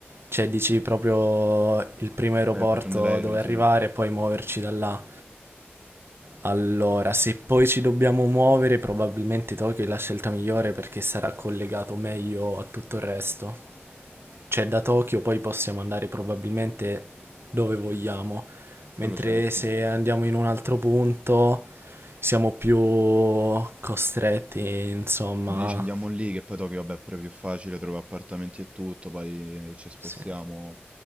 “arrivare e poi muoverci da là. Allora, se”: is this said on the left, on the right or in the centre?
Right